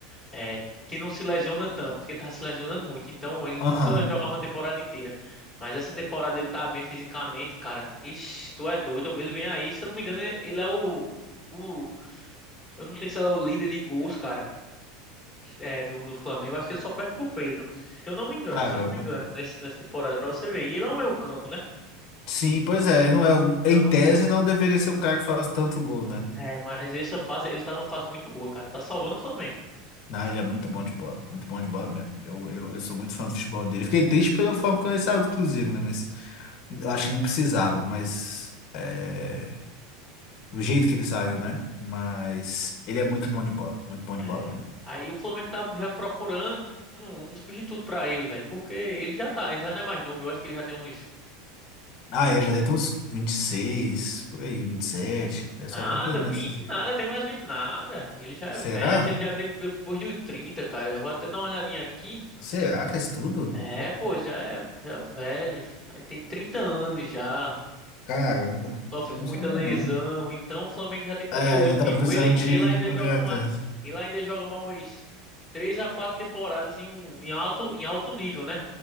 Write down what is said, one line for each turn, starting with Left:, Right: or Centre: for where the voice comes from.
Centre: é, que não se lesiona tanto, porque ele tava se lesionando muito. Então, ele
Left: Aham.
Centre: nunca jogava uma temporada inteira. Mas essa temporada ele tá bem fisicamente, cara. Ixi, tu é doido. Homem, Ele vem aí, se eu não me engano, ele é o, o. Eu não sei se ele é o líder de gols, cara, é, do, do Flamengo. Acho que ele só perde pro Pedro. Se eu não me engano,
Left: Caramba.
Centre: se eu não me engano, nesse, nessa temporada, pra você ver. E ele é o meio campo, né?
Left: Sim, pois é. Não é,
Centre: Então.
Left: em tese, não deveria ser um cara que faz tanto gol, né?
Centre: É, mas essa fase, ele tá numa fase muito boa, cara. Tá salvando o Flamengo.
Left: Não, ele é muito bom de bola. Muito bom de bola mesmo. Eu, eu, eu sou muito fã do futebol dele. Fiquei triste pela forma como ele saiu do Cruzeiro, né? Mas eu acho que não precisava. Mas. é, do jeito que ele saiu, né? Mas ele é muito bom de bola, muito bom de
Centre: É,
Left: bola mesmo.
Centre: cara. aí o Flamengo tá já procurando um substituto pra ele, velho. Porque ele já tá, ele já não é mais novo. Eu acho que ele já tem uns.
Left: Ah, é, já deve ter uns 26, por aí, 27, deve
Centre: Nada,
Left: ser alguma coisa nessas.
Centre: 20 nada, tem mais 20 nada. Ele já é
Left: Será?
Centre: velho, acho que ele já tem depois de 30, cara. Eu vou até dar uma olhadinha aqui.
Left: Será que é isso tudo?
Centre: É, pô, ele já é, já é velho. Aí tem 30 anos já.
Left: Caramba,
Centre: sofre
Left: eu
Centre: com
Left: não
Centre: muita
Left: sabia
Centre: lesão,
Left: não.
Centre: então o Flamengo já tem que estar
Left: É,
Centre: de olho.
Left: já tá
Centre: Tipo,
Left: precisando
Centre: ele,
Left: de.
Centre: ele ainda
Left: Ô,
Centre: joga
Left: gata.
Centre: uma, ele ainda joga mais umas três a quatro temporadas em um em alto em alto nível, né?